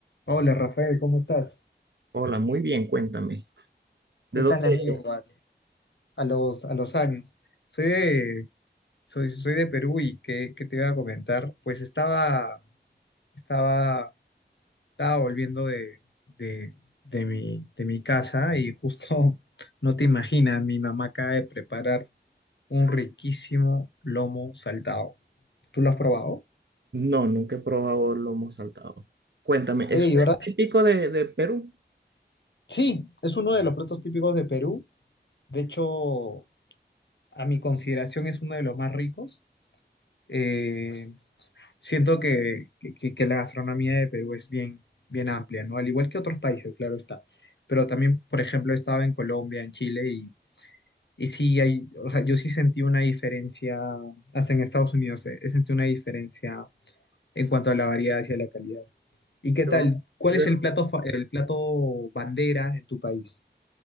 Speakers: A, on the left (about 75°); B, on the right (about 75°).
A: Hola Rafael, ¿cómo estás?
B: Hola, muy bien, cuéntame. ¿De
A: ¿Qué
B: dónde
A: tal amigo?
B: eres?
A: A, a los, a los años. Soy de, soy, soy de Perú y ¿qué, qué te iba a comentar? Pues estaba, estaba, estaba volviendo de, de, de mi, de mi casa y justo, <laughs> no te imaginas, mi mamá acaba de preparar un riquísimo lomo saltado. ¿Tú lo has probado?
B: No, nunca he probado lomo saltado. Cuéntame, ¿eso
A: Oye, ¿y
B: es
A: verdad?
B: típico de, de Perú?
A: Sí, es uno de los platos típicos de Perú. De hecho, a mi consideración es uno de los más ricos. Eh, siento que, que- que la gastronomía de Perú es bien, bien amplia, ¿no? Al igual que otros países, claro está. Pero también, por ejemplo, he estado en Colombia, en Chile, y, y sí hay, o sea, yo sí sentí una diferencia, hasta en Estados Unidos, eh, he sentido una diferencia en cuanto a la variedad y a la calidad. ¿Y qué
B: Yo,
A: tal? ¿Cuál
B: yo,
A: es el plato, fa- el plato bandera en tu país?